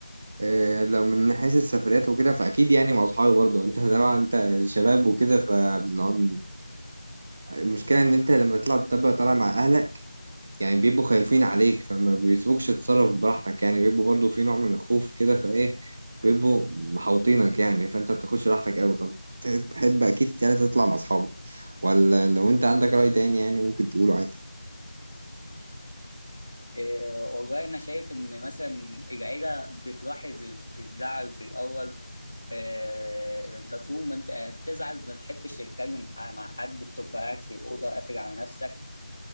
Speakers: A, on the right (about 15°); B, on the left (about 85°).
A: آه، لو من حيث السفريات وكده فاكيد يعني مع اصحابي برضه انت طبعا انت شباب وكده فبنقعد المشكلة إن أنت لما تطلع تبقى طالع مع أهلك يعني بيبقوا خايفين عليك فما بيسيبوكش تتصرف براحتك يعني بيبقوا برضو في نوع من الخوف كده فايه بيبقوا محوطينك يعني فانت بتاخدش راحتك قوي فبتحب اكيد يعني تطلع مع اصحابك ولا لو انت عندك رأي تاني يعني ممكن تقوله عادي
B: إيه والله انا شايف ان مثلا العيله بتلاحظ الزعل في الاول آه، انت طول ما انت بتزعل ما بتحبش تتكلم ح- مع حد بتبقى قاعد في الاوضه قافل على نفسك